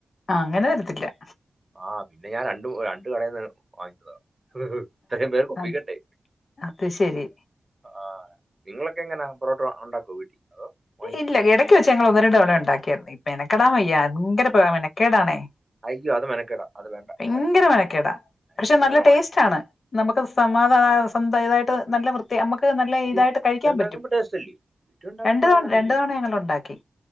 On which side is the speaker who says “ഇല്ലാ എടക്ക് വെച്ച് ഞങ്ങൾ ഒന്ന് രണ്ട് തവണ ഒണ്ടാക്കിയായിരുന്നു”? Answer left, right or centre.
Left